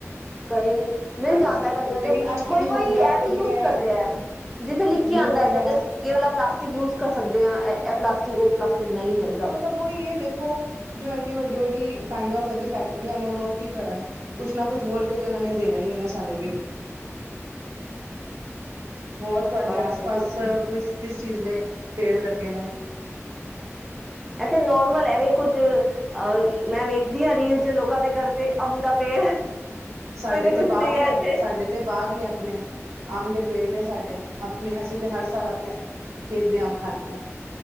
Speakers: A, in the centre; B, on the right.
A: ਕਏ। ਮਿਲ
B: ਹਾਂਜੀ
A: ਜਾਂਦਾ ਕਦੇ ਕਦੇ
B: ਲੇਕਿਨ ਅਸੀਂ
A: ਕੋਈ
B: ਵੀ
A: ਕੋਈ
B: ਹੁਣ ਜਬ
A: ਇਹ
B: ਤੋਂ
A: ਵੀ ਯੂਜ
B: ਜਿਵੇਂ
A: ਕਰ ਰਿਹਾ ਜਿੱਥੇ ਲਿਖ
B: ਯੂਜ
A: ਕੇ ਆਉਂਦਾ
B: ਹੁੰਦਾ
A: ਏਰ ਦੇ
B: ਨਾ
A: ਕੇਵਲ ਪਲਾਸਟਿਕ ਯੂਜ ਕਰ ਸਕਦੇ ਹਾਂ ਇਹ ਪਲਾਸਟਿਕ ਉਹ ਪਲਾਸਟਿਕ ਨਹੀਂ ਹੈਗਾ
B: ਸਬ ਹੀ ਇਹ ਦੇਖੋ, ਜੋ ਇੰਨੀ ਵੱਡੀ ਵੱਡੀ ਕਾਇੰਡਫ ਇਹਦੀ ਫੈਕਟਰੀਆਂ ਨੇ ਹੁਣ ਉਹ ਕੀ ਕਰਨ। ਕੁਛ ਨਾ ਕੁਛ ਬੋਲ ਕੇ ਤੇ ਉਹਨਾਂ ਨੇ ਦੇਣਾ ਹੀ ਹੈ ਨਾ ਸਾਨੂੰ ਵੀ ਹੋਰ ਤੁਹਾਡੇ
A: ਪਤਾ
B: ਆਸ
A: ਨੀ
B: ਪਾਸ
A: ਕਿੰਨਾ
B: ਕੁ ਕਿਸ ਚੀਜ਼ ਦੇ ਪੇੜ ਲੱਗੇ ਨੇ
A: ਇੱਥੇ ਨੋਰਮਲ ਐਵੇਂ ਕੁੱਝ ਅਹ ਮੈਂ ਵੇਖਦੀ ਹਾਂ ਰੀਅਲ ਚ ਲੋਕਾਂ ਦੇ ਘਰ ਤੇ ਅੰਮ ਦਾ ਪੇੜ
B: ਸਾਡੇ
A: ਕੁਛ
B: ਤੇ ਬਾਗ
A: ਨਹੀਂ ਹੈ
B: ਨੇ,
A: ਇੱਥੇ
B: ਸਾਡੇ ਤੇ ਬਾਗ ਨੇ ਆਪਣੇ ਆਮ ਦੇ ਪੇੜ ਨੇ ਸਾਡੇ ਆਪਣੇ ਅਸੀਂ ਤੇ ਹਰ ਸਾਲ ਆਪਣੇ ਖੇਤ ਦੇ ਅੰਬ ਖਾਂਦੇ ਹਾਂ